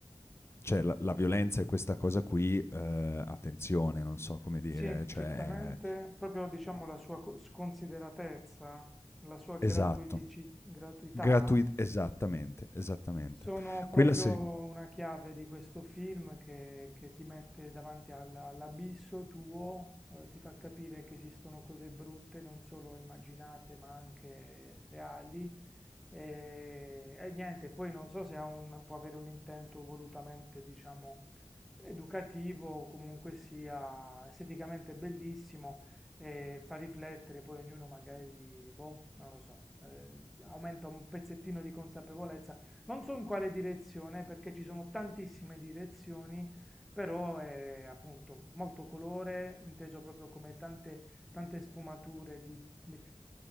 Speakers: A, on the left; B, in the centre.
A: cioè la, la violenza è questa cosa qui, eh, attenzione, non so come dire,
B: sì,
A: cioè
B: certamente.
A: è-
B: Proprio diciamo la sua co- sconsideratezza, la sua gratuitici-
A: esatto.
B: gratuità
A: Gratui esattamente, esattamente.
B: sono proprio
A: Quella sì.
B: una chiave di questo film che, che ti mette davanti al- all'abisso tuo, eh, ti fa capire che esistono cose brutte, non solo immaginate, ma anche reali. E, e niente, poi non so se ha un- può avere un intento volutamente, diciamo, educativo, comunque sia esteticamente bellissimo e fa riflettere, poi ognuno magari, boh, non lo so, eh, aumenta un pezzettino di consapevolezza. Non so in quale direzione, perché ci sono tantissime direzioni, però è appunto molto colore, inteso proprio come tante, tante sfumature di di,